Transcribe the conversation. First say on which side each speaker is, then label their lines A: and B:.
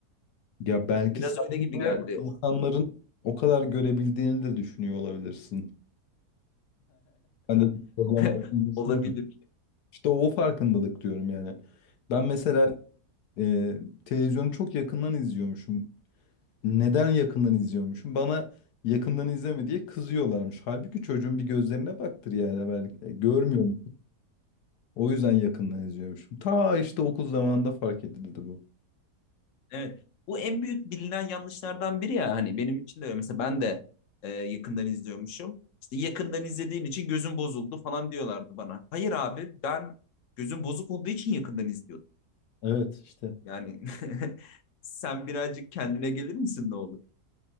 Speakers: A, on the left; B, on the left.
A: Ya belki
B: Biraz
A: sadece
B: öyle gibi geldi.
A: insanların o kadar görebildiğini de düşünüyor olabilirsin. Ben de bir problem olduğunu
B: <laughs>
A: düşünmüyorum.
B: Olabilir.
A: İşte o farkındalık diyorum yani. Ben mesela e, televizyonu çok yakından izliyormuşum. Neden yakından izliyormuşum? Bana yakından izleme diye kızıyorlarmış. Halbuki çocuğun bir gözlerine baktır yani ben e, görmüyorum. O yüzden yakından izliyormuşum. Ta işte okul zamanında fark edildi bu.
B: Evet. Bu en büyük bilinen yanlışlardan biri ya hani benim için de öyle. Mesela ben de e, yakından izliyormuşum. İşte yakından izlediğin için gözün bozuldu falan diyorlardı bana. Hayır abi ben gözüm bozuk olduğu için yakından izliyordum.
A: Evet işte.
B: Yani <laughs> sen birazcık kendine gelir misin ne olur?